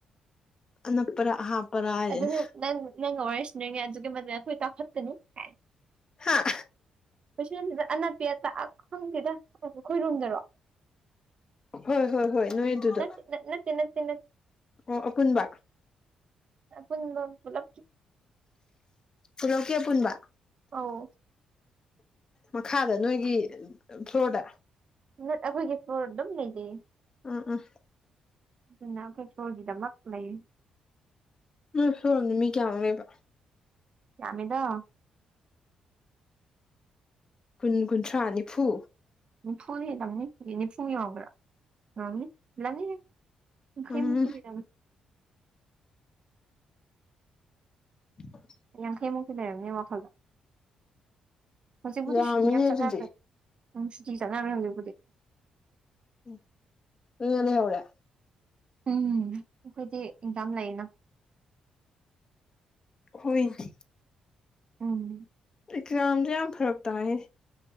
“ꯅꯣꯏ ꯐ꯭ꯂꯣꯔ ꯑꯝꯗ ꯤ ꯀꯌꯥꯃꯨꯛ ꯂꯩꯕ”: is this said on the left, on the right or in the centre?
Left